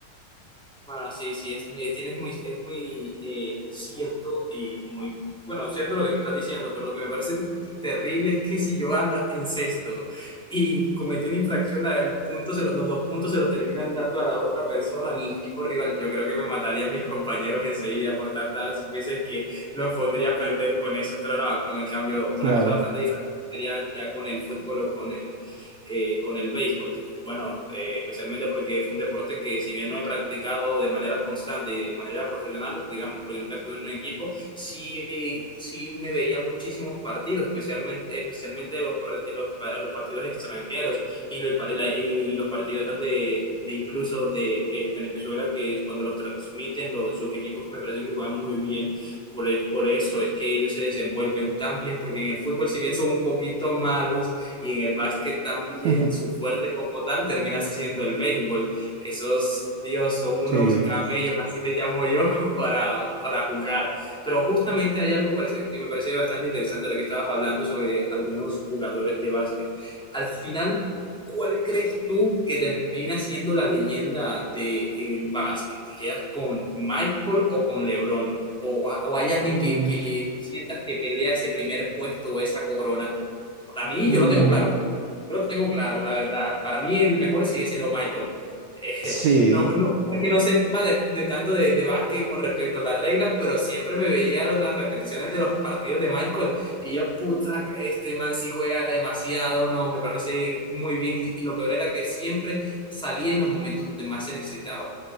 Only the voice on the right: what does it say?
Claro.
<laughs>
Sí.
Mm,
mm,
sí.